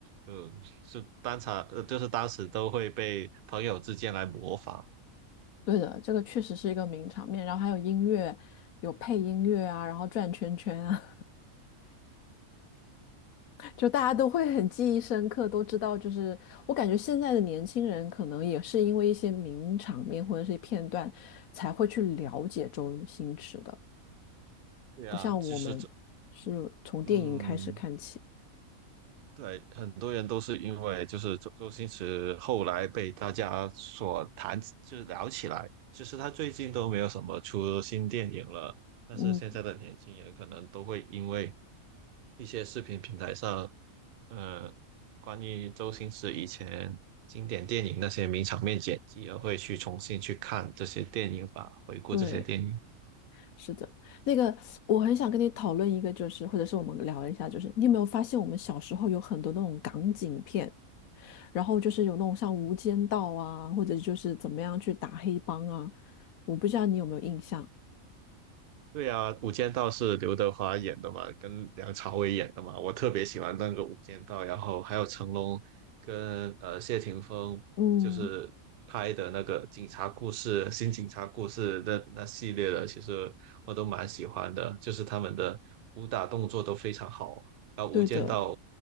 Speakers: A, on the right; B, on the left.
A: 嗯，是当场呃就是当时都会被朋友之间来模仿，
B: 对的，这个确实是一个名场面。然后还有音乐，有配音乐啊，然后转圈圈啊。就大家都会很记忆深刻，都知道。就是我感觉现在的年轻人可能也是因为一些名场面或者是片段，才会去了解周星驰的，
A: 对啊，
B: 不像我们是从电影开始看起。
A: 就是这嗯，对，很多人都是因为就是周周星驰后来被大家所谈，就是聊起来。其实他最近都没有什么出新电影了，但是现在的年轻人可能都会因为
B: 嗯，
A: 一些视频平台上，呃，关于周星驰以前经典电影那些名场面剪辑，而会去重新去看这些电影吧，回顾这些电影。
B: 对，是的。那个，我很想跟你讨论一个，就是或者是我们聊一下，就是你有没有发现我们小时候有很多那种港警片，然后就是有那种像《无间道》啊，或者就是怎么样去打黑帮啊，我不知道你有没有印象。
A: 对啊，《无间道》是刘德华演的嘛，跟梁朝伟演的嘛，我特别喜欢那个《无间道》，然后还有成龙跟呃谢霆锋就是拍的那个警察故事、
B: 嗯，
A: 新警察故事那那系列的，其实我都蛮喜欢的，就是他们的武打动作都非常好。然后《无间道》
B: 对的，